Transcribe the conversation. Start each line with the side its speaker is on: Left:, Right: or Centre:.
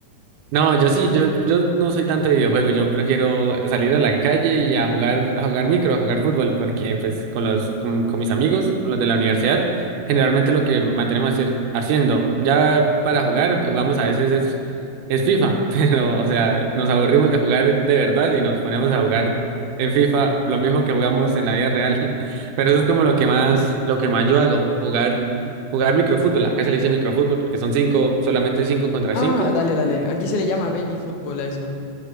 Right: No, yo sí, yo, yo no soy tanto de videojuegos, yo prefiero salir a la calle y a jugar, a jugar micro, a jugar fútbol, porque pues con los, con, con mis amigos, con los de la universidad, generalmente lo que mantenemos hacer- haciendo, ya para jugar, jugamos a veces es, es FIFA, <laughs> pero o sea, nos aburrimos de jugar de verdad y nos ponemos a jugar en FIFA, lo mismo que jugamos en la vida real, <laughs> pero eso es como lo que más, lo que más yo hago, jugar, jugar microfútbol, acá se le dice microfútbol porque son cinco, solamente cinco contra
Left: Ah,
Right: cinco
Left: dale, dale. Aquí se le llama baby fútbol a eso.